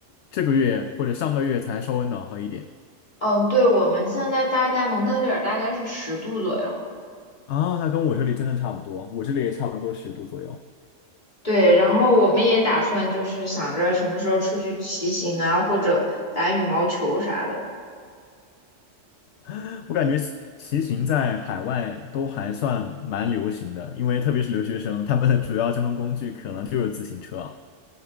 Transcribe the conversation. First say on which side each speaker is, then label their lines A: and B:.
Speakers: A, on the left (about 70°); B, on the left (about 35°).
A: 这个月或者上个月才稍微暖和一点
B: 嗯，对，我们现在大概蒙特利尔大概是十度左右。
A: 啊，那跟我这里真的差不多，我这里也差不多十度左右。
B: 对，然后我们也打算就是想着什么时候出去骑行啊，或者打羽毛球啥的。
A: <laughs> 我感觉骑骑行在海外都还算蛮流行的，因为特别是留学生，他们的主要交通工具可能就是自行车啊。